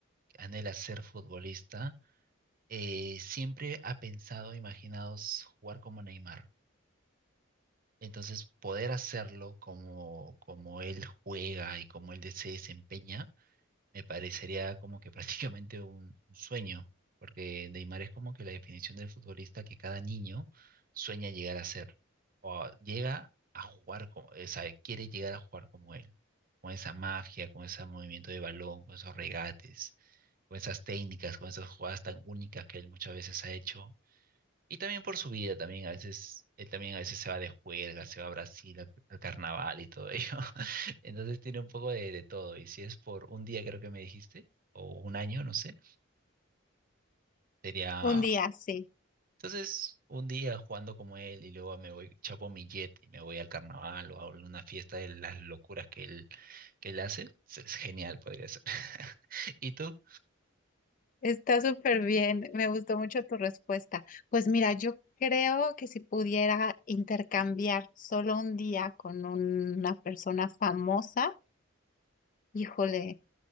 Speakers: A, on the right (about 40°); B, on the left (about 40°).
A: que anhela ser futbolista, eh, siempre ha pensado, imaginado s- jugar como Neymar. Entonces, poder hacerlo como, como él juega y como él se desempeña me parecería como que <laughs> prácticamente un, un sueño, porque Neymar es como que la definición del futbolista que cada niño sueña llegar a ser, o a- llega a jugar, como, o sea, quiere llegar a jugar como él, con esa magia, con ese movimiento de balón, con esos regates, con esas técnicas, con esas jugadas tan únicas que él muchas veces ha hecho y también por su vida, también a veces, él también a veces se va de juerga, se va a Brasil al, al carnaval y todo ello. <laughs> Entonces tiene un poco de, de todo. Y si es por un día, creo que me dijiste, o un año, no sé, sería...
B: Un día, sí.
A: Entonces, un día jugando como él y luego me voy, chapo mi jet y me voy al carnaval o a una fiesta de las locuras que él, que él hace, es es genial, podría ser. <laughs> ¿Y tú?
B: Está súper bien, me gustó mucho tu respuesta. Pues mira, yo creo que si pudiera intercambiar solo un día con una persona famosa, híjole,